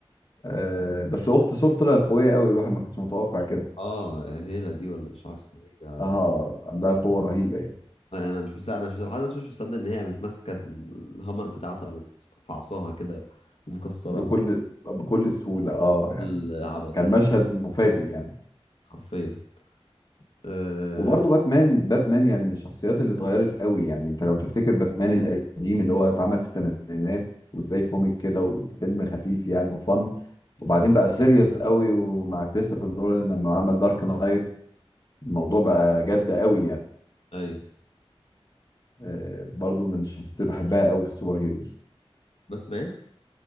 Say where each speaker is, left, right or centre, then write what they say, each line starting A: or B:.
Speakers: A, on the left; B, on the left.
A: آه بس اخت ثور طلعت قويه قوي الواحد ما كانش متوقع كده
B: اه هيلا دي ولا مش عارف اسمها ايه ده
A: اه عندها قوة رهيبة يعني
B: انا مش مصدق انا مش لحد دلوقتي مش مصدق ان هي قامت ماسكه الهامر بتاعته قامت فعصاها كده ومكسراها
A: بكل بكل سهولة اه يعني
B: العبط
A: كان مشهد مفاجئ يعني
B: حرفيا آه...
A: وبرضه باتمان باتمان يعني من الشخصيات اللي اتغيرت قوي يعني انت لو تفتكر باتمان القديم اللي هو اتعمل في الثمانينات وزي كوميك كده وفيلم خفيف يعني وفن وبعدين بقى سيريس قوي ومع كريستوفر نولان لما عمل دارك نايت الموضوع بقى جد قوي يعني
B: ايوه
A: آه برضه من الشخصيات اللي بحبها قوي في السوبر هيروز
B: باتمان